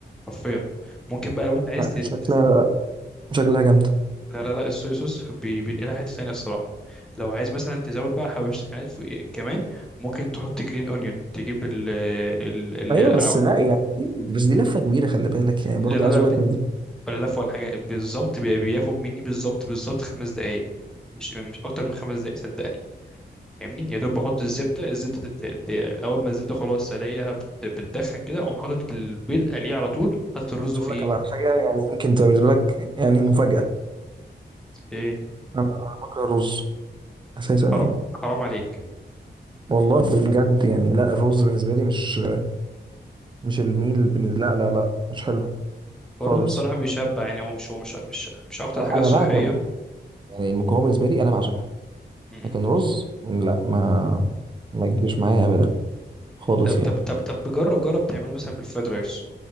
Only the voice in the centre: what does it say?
حرفيا ممكن بقى لو انت عايز ت...
تز-
لا لا لا الصويا صوص بي- بينقلها حتة تانية الصراحة لو عايز مثلا تزود بقى حبشتكنات فوق كمان ممكن تحط جرين اونيون تجيب ال... ال... اللي
هي الأع-
لا
لا
لا
ب-
ولا لف ولا حاجة بالظبط بي- بياخد مني بالظبط بالظبط خمس دقايق مش مش أكتر من خمس دقايق صدقني فاهمني يا دوب بحط الزبده الزبده تت... ت- اول ما الزبده خلاص الاقيها بت... بتدخن كده اقوم حاطط البيض قليه على طول حاطط الرز
في
ايه
في ايه
حرام
حرام عليك
هو الرز صراحه بيشبع يعني هو مش هو مش مش مش اكتر
حاجه
صحيه
م-م.
طب طب
طب طب جرب جرب تعمله مثلا بالفرايد رايس